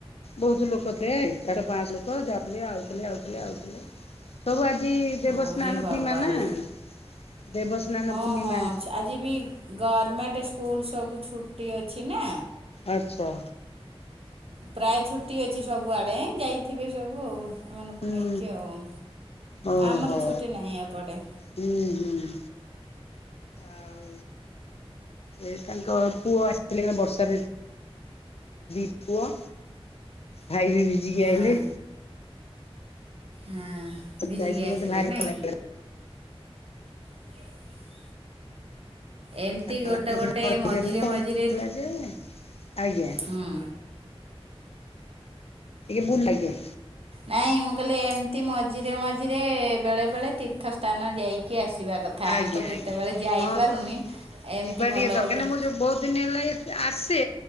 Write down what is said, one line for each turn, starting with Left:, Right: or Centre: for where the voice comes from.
Left: ବହୁତ ଲୋକ ଥିଲେ ଚାରିଶ ପାଞ୍ଚ ଲୋକ ଯାଉଥିଲେ ଆଉଥିଲେ ଆଉଥିଲେ ଆଉଥିଲେ। ସବୁ ଆଜି ଦେବସ୍ନାନ
Right: ଓରେ ବାବାରେ।
Left: ପୂର୍ଣ୍ଣିମା ନା ଦେବସ୍ନାନ
Right: ହଁ
Left: ପୂର୍ଣ୍ଣିମା।
Right: ହଁ ଆଜି ବି ଗମେଣ୍ଟ ସ୍କୁଲ ସବୁ ଛୁଟି ଅଛି ନା।
Left: ଆଚ୍ଛା।
Right: ପ୍ରାୟ ଛୁଟି ଅଛି ସବୁ ଆଡେ ଯାଇଥିବେ ସବୁ ଆଉ। ଏମାନଙ୍କୁ
Left: ହୁଁ
Right: ନେଇକି ଆଉ
Left: ଓହୋ
Right: ଆମର ଛୁଟି ନାହିଁ ଏପଟେ।
Left: ହୁଁ ହୁଁ। ଆଉ ଏ ତାଙ୍କ ପୁଅ ଆସିଥିଲେ କଣ ବର୍ଷା <unintelligible> ପୁଅ। ଭାଇ ବି ଭିଜିକି
Right: ହଁ
Left: ଆଇଲେ।
Right: ହଁ ଭିଜିଗି
Left: ଯାଇଥିଲି ମତେ
Right: ଆସିଲେ
Left: ଭାରି
Right: ନାଇଁ।
Left: ଭଲ ଲାଗିଲା
Right: <inaudible> ଏମିତି
Left: ଆମର
Right: ଗୋଟେ
Left: -ସେ-
Right: ଗୋଟେ
Left: ବଡ
Right: ମଝିରେ
Left: -ଝିଅ ଫୋନ
Right: ମଝିରେ
Left: କରିଥିଲା ଯେ ଆଜ୍ଞା।
Right: ହୁଁ।
Left: ଟିକେ ଭୁଲ ଲାଗେ।
Right: ନାଇଁ ମୁଁ କହିଲି ଏମିତି ମଝିରେ ମଝିରେ ବେଳେ ବେଳେ ତୀର୍ଥସ୍ଥାନ ଯାଇକି ଆସ ଇବା କଥା ଆମେ
Left: ଆଜ୍ଞା
Right: ତ କେତେବେଳେ
Left: ଆଜ୍ଞା
Right: ଯାଇପାରୁନି
Left: ହଁ ତ
Right: ଏମିତି
Left: ଯିବା
Right: ଭଲ
Left: ଟିକେ ଦରକାର
Right: ଭଲ
Left: ନାହିଁ ମୁଁ ଯୋଉ ବହୁତ ଦିନ ହେଲା ଆସେ